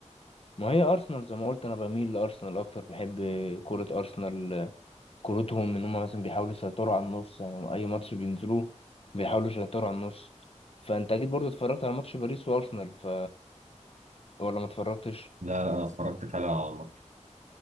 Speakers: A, on the left (about 50°); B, on the right (about 75°).
A: ما هي ارسنال زي ما قلت انا بميل لارسنال اكتر بحب كرة ارسنال كورتهم ان هم مثلا بيحاولوا يسيطروا على النص يعني اي ماتش بينزلوه بيحاولوا يسيطروا على النص فانت اكيد برضو اتفرجت على ماتش باريس وارسنال ف ولا ما اتفرجتش
B: لا لا انا اتفرجت فعلا على الماتش